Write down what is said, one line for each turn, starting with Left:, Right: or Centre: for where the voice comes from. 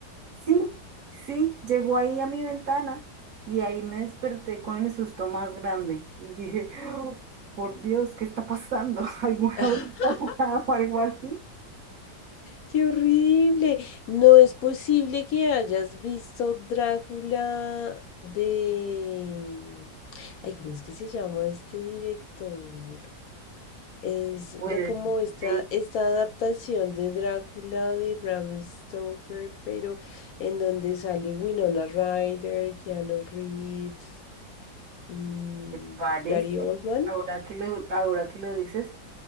Right: Sí, sí, llegó ahí a mi ventana y ahí me desperté con el susto más grande y dije, "Oh, por Dios, ¿qué está pasando? <laughs> ¿Alguna
Left: <laughs>
Right: vez ha pasado algo así?
Left: ¡Qué horrible! No es posible que hayas visto Drácula de... mm, Ay, ¿cómo es que se llama este director? Es
Right: Pues,
Left: la, como esta,
Right: sí,
Left: esta adaptación de Drácula de Bram Stoker, pero en donde sale Winona Ryder, Keanu Reeves y
Right: me parece,
Left: Gary Oldman.
Right: ahora que lo, ahora que lo dices.